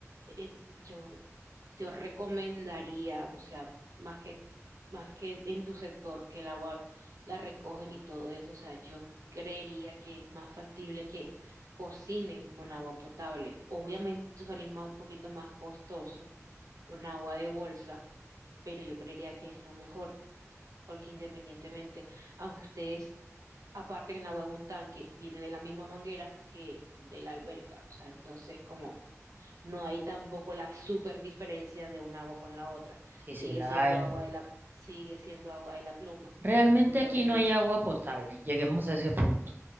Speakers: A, on the right; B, on the right.
A: en- yo, yo recomendaría, o sea, más que, más que en tu sector, que el agua la recogen y todo eso, o sea, yo creería que es más factible que cocinen con agua potable. Obviamente salir más un poquito más costoso con agua de bolsa, pero yo creería que es lo mejor porque independientemente, aunque ustedes aparten el agua en un tanque, viene de la misma manguera que de la alberca, o sea, entonces como no hay tampoco la super diferencia de un agua con la otra,
B: Sí,
A: sigue
B: sí la
A: siendo
B: hay.
A: agua de la, sigue siendo agua de la pluma.
B: Realmente
A: Entonces,
B: aquí no hay agua potable, lleguemos a ese punto.